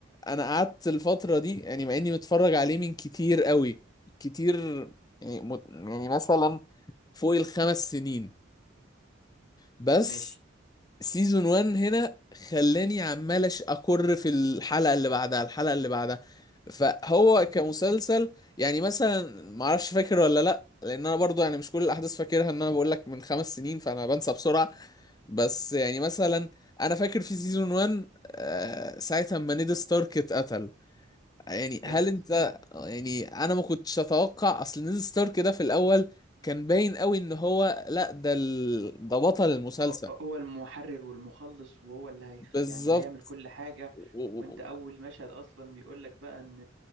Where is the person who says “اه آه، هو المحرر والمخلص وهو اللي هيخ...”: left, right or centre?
Right